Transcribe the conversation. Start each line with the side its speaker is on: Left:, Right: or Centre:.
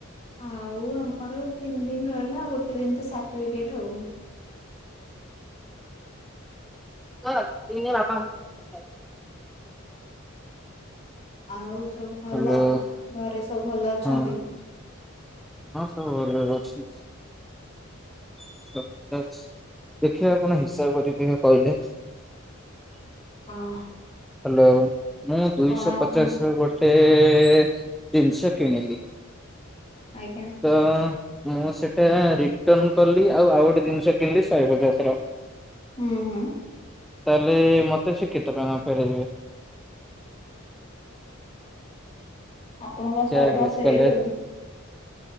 Left: ଆଉ ଆମର ତିନି ଦିନ ରହିଲା ଗୋଟେ ଦିନ ତ ସଟିଫିକେଟ ଆଉ।
Centre: ହଁ େ ବାପାଥା <inaudible>
Left: ଆଉ ସବୁ ଭଲ
Centre: ହ୍ୟାଲୋ
Left: ଘରେ ସବୁ ଭଲ ଅଛନ୍ତି?
Centre: ହଁ ହଁ ଭଲରେ ଅଛନ୍ତି। <unintelligible> ଅଛି ଦେଖିବା ଆପଣ ହିସାବ କରିକି କହିବା କହିଲେ
Left: କଣ
Centre: ହାଲୋ ମୁଁ ଦୁଇଶ
Left: କଣ ଆପଣ
Centre: ପଚାଶର ଗୋଟେ ଏ ଦିନଷ କିଣିଲି
Left: ଆଜ୍ଞା
Centre: ତ ମୁଁ ସେଟା ରିଟର୍ଣ କଲି ଆଉ ଆଉ ଗୋଟେ ଜିନିଷ କିଣିଲି ଶହେ ପଚାଶ ର।
Left: ହୁଁ ହୁଁ।
Centre: ତାହେଲେ ମତେ ସେ କେତେ ଟଙ୍କା ଫେରେଇବେ?
Left: ଆପଣଙ୍କ
Centre: <unintelligible>
Left: ଶହେ
Centre: ତାହେଲେ
Left: ଟଙ୍କା ଫେରେଇବେ ଆଉ।